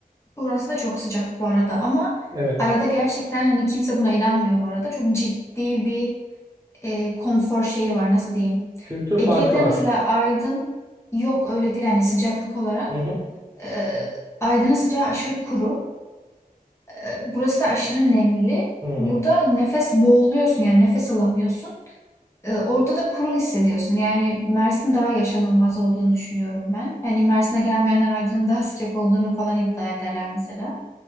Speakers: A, on the left; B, on the right.
A: Orası da çok sıcak bu arada ama
B: Evet.
A: arada gerçekten hani kimse buna inanmıyor bu arada. Çok ciddi bir e, konfor şeyi var nasıl diyeyim.
B: Kültür
A: Ege'de
B: farkı var.
A: mesela Aydın yok öyle değil hani sıcaklık olarak.
B: Hı hı.
A: E, Aydın'ın sıcağı aşırı kuru. E, burası da aşırı nemli.
B: Hı.
A: Burada nefes boğuluyorsun yani nefes alamıyorsun. E, orada da kuru hissediyorsun. Yani Mersin daha yaşanılmaz olduğunu düşünüyorum ben. Hani Mersin'e gelmeyenler Aydın'ın daha sıcak olduğunu falan iddia ederler mesela.